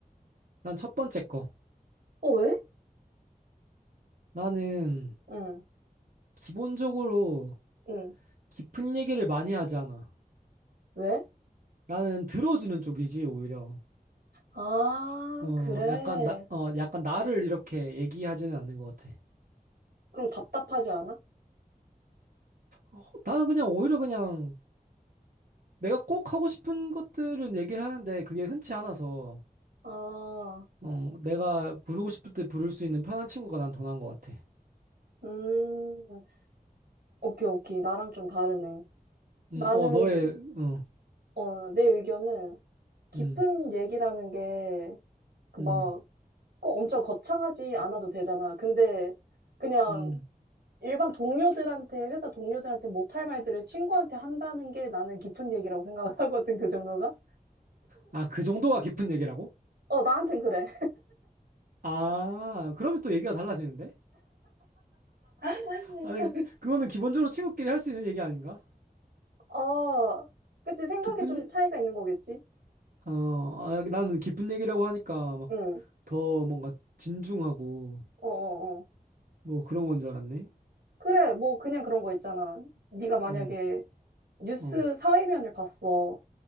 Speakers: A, on the right (about 65°); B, on the right (about 80°).
A: 난 첫 번째 거.
B: 어, 왜?
A: 나는,
B: 응,
A: 기본적으로,
B: 응.
A: 깊은 얘기를 많이 하지 않아.
B: 왜?
A: 나는 들어주는 쪽이지, 오히려.
B: 아,
A: 어,
B: 그래.
A: 약간, 나, 어, 약간 나를 이렇게 얘기하지는 않는 것 같아.
B: 그럼 답답하지 않아?
A: 어, 나는 그냥, 오히려 그냥, 내가 꼭 하고 싶은 것들은 얘기를 하는데, 그게 흔치 않아서.
B: 아, 어.
A: 어, 내가 부르고 싶을 때 부를 수 있는 편한 친구가 난 더 나은 것 같아.
B: 음, 오케이, 오케이. 나랑 좀 다르네. 나는,
A: 음, 어, 너의, 어,
B: 어, 내 의견은 깊은
A: 음,
B: 얘기라는 게, 그
A: 음,
B: 막, 꼭 엄청 거창하지 않아도 되잖아. 근데, 그냥
A: 음.
B: 일반 동료들한테, 회사 동료들한테 못할 말들을 친구한테 한다는 게 나는 깊은 얘기라고 생각을 <laughs> 하거든, 그 정도가?
A: 아, 그 정도가 깊은 얘기라고?
B: 어, 나한텐 그래.
A: 아, 그러면 또 얘기가 달라지는데?
B: <laughs>
A: 아니, 그- 그거는 기본적으로 친구끼리 할 수 있는 얘기 아닌가?
B: 어 그치. 생각이
A: 깊은,
B: 좀
A: 얘-
B: 차이가 있는 거겠지?
A: 어, 아, 나는 깊은 얘기라고 하니까 막
B: 응.
A: 더 뭔가 진중하고
B: 어어어.
A: 뭐 그런 건 줄 알았네.
B: 그래, 뭐, 그냥 그런 거 있잖아. 네가 만약에
A: 어,
B: 뉴스
A: 어,
B: 사회면을 봤어.